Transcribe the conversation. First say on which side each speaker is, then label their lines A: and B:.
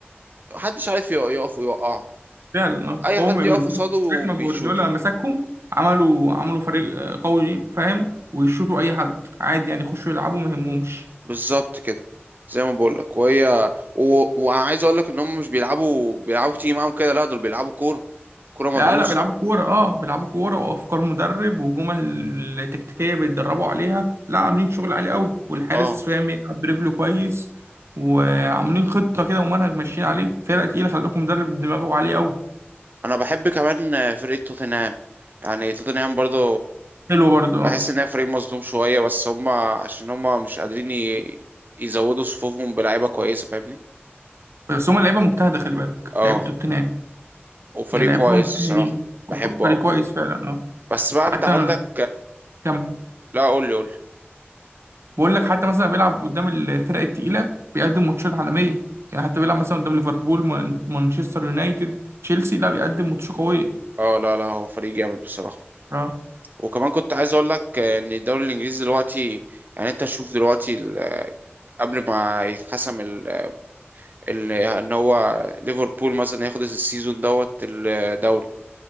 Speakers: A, on the right; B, on the right.
A: محدش عارف يق- يقف ويوقعه
B: فعلا اه
A: أي
B: هو
A: حد
B: من
A: يقف
B: من
A: قصاده
B: ساعة ما
A: بيشوطه
B: جوارديولا مسكهم عملوا عملوا فريق آه، قوي فاهم ويشوطوا أي حد عادي يعني يخشوا يلعبوا ما يهمهمش
A: بالظبط كده زي ما بقولك وهي و... وعايز أقولك إن هم مش بيلعبوا بيلعبوا تيجي معاهم كده لا دول بيلعبوا كورة كورة مدروسة
B: لا لا بيلعبوا كورة اه بيلعبوا كورة وأفكار مدرب وجمل تكتيكية بيتدربوا عليها لا عاملين شغل عالي قوي والحارس
A: اه
B: فاهم يلعب برجله كويس وعاملين خطة كده ومنهج ماشيين عليه فرقة تقيلة خلي بالكم مدرب دماغه عالي قوي
A: أنا بحب كمان فرقة توتنهام يعني توتنهام برضه
B: حلو برضه
A: بحس
B: اه
A: ان هي فريق مظلوم شويه بس هم عشان هم مش قادرين ي- يزودوا صفوفهم بلعيبه كويسه فاهمني
B: بس هما لعيبة مجتهدة خلي بالك
A: اه
B: لعيبة توتنهام
A: وفريق
B: يعني لعيبة
A: كويس
B: مجتهدين
A: الصراحه
B: وفريق
A: بحبه قوي
B: كويس فعلا اه
A: بس بقى انت
B: حتى
A: عندك
B: كمل
A: لا قول لي قول لي
B: بقول لك حتى مثلا بيلعب قدام الفرق التقيلة بيقدم ماتشات عالمية يعني حتى بيلعب مثلا قدام ليفربول مان- مانشستر يونايتد تشيلسي لا بيقدم ماتش قوية
A: اه لا لا هو فريق جامد بصراحه
B: اه
A: وكمان كنت عايز اقول لك آه، ان الدوري الانجليزي دلوقتي يعني انت شوف دلوقتي ال- قبل ما يتحسم ال... ال... ان هو ليفربول مثلا ياخد السيزون دوت الدوري